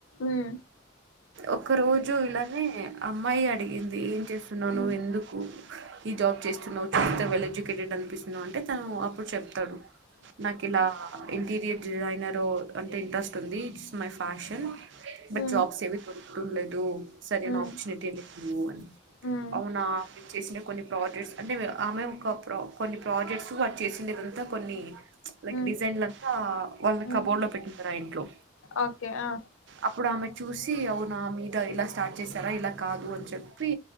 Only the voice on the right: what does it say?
ఒక్క రోజు ఇలా నే అమ్మాయి అడిగింది ఏం చేస్తున్నవు నువ్వు
ఎందుకు ఈ జాబ్ చేస్తున్నవు చూస్తే వెల్ ఎడ్యుకేటెడ్ కనిపిస్తున్నావు అంటే తను అప్పుడు చెప్తాడు నాకు ఇలా ఇంటీరియర్ డిజైనర్ ఓ అంటే ఇంట్రెస్ట్ ఉంది it's my fashion but
jobs <unintelligible> లేదు సరైన
ఆపర్చునిటీ లేవు అని
అవునా చేసిన కొన్ని ప్రాజెక్ట్స్ అంటే ఆ ఆమె ఒక ప్రో కొన్ని ప్రాజెక్ట్స్ అ చేసిందే కదా అంత కొన్ని లైక్
డిజైన్లంతా వాళ్ళ
కబోర్డ్ లో పెట్టింటారు ఆ ఇంట్లో
అప్పుడు ఆమె చూసి అవునా మీద ఇలా స్టార్ట్ చేశారా ఇలా కాదు అని చెప్పి